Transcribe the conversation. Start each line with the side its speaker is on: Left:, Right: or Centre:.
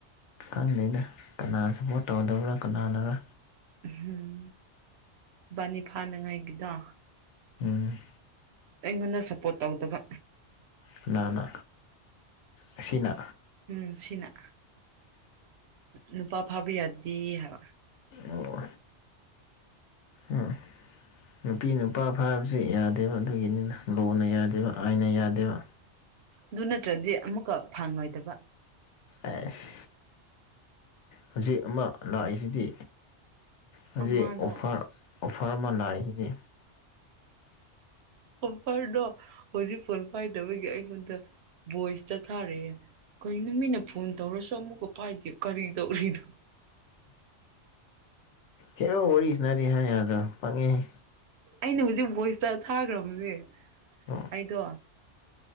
Left: ꯈꯪꯗꯦꯗ ꯀꯅꯥ ꯁꯞꯄꯣꯔꯠ ꯇꯧꯗꯕ꯭ꯔꯥ ꯀꯅꯥꯅꯔ
Right: ꯎꯍꯨꯝ ꯏꯕꯥꯅꯤ ꯐꯥꯅꯉꯥꯏꯒꯤꯗꯣ
Left: ꯎꯝ
Right: ꯑꯩꯉꯣꯟꯗ ꯁꯞꯄꯣꯔꯠ ꯇꯧꯗꯕ
Left: ꯀꯅꯥꯅ ꯑꯁꯤꯅ
Right: ꯎꯝ ꯁꯤꯅ ꯅꯨꯄꯥ ꯐꯥꯕ ꯌꯥꯗꯦ ꯍꯥꯏꯕ
Left: ꯑꯣ ꯑꯝ ꯅꯨꯄꯤ ꯅꯨꯄꯥ ꯐꯥꯕꯁꯦ ꯌꯥꯗꯦꯕ ꯑꯗꯨꯒꯤꯅꯤꯅ ꯂꯣꯅ ꯌꯥꯗꯦꯕ ꯑꯥꯏꯟꯅ ꯌꯥꯗꯦꯕ
Right: ꯑꯗꯨ ꯅꯠꯇ꯭ꯔꯗꯤ ꯑꯃꯨꯛꯀ ꯐꯪꯉꯣꯏꯗꯕ
Left: ꯑꯩꯁ ꯍꯧꯖꯤꯛ ꯑꯃ ꯂꯥꯛꯏꯁꯤꯗꯤ ꯍꯧꯖꯤꯛ
Right: ꯑꯃꯗꯣ
Left: ꯑꯣꯐꯔ ꯑꯣꯐꯔ ꯑꯃ ꯂꯥꯛꯏ ꯁꯤꯗꯤ
Right: ꯑꯣꯐꯔꯗꯣ ꯍꯧꯖꯤꯛ ꯐꯣꯟ ꯄꯥꯏꯗꯕꯒꯤ ꯑꯩꯉꯣꯟꯗ ꯚꯣꯏꯁꯇ ꯊꯥꯔꯑꯦ ꯀꯩꯅꯣ ꯃꯤꯅ ꯐꯣꯟ ꯇꯧꯔꯁꯨ ꯑꯃꯨꯛꯀ ꯄꯥꯏꯗꯦ ꯀꯔꯤ ꯇꯧꯔꯤꯅꯣ
Left: ꯍꯦꯔꯣ ꯋꯥꯔꯤ ꯁꯥꯅꯔꯤ ꯍꯥꯏ ꯌꯥꯗ꯭ꯔꯣ ꯄꯪꯉꯦꯍꯦ
Right: ꯑꯩꯅ ꯍꯧꯖꯤꯛ ꯚꯣꯏꯁꯇ ꯊꯥꯒ꯭ꯔꯕꯅꯦ
Left: ꯑꯣ
Right: ꯑꯩꯗꯣ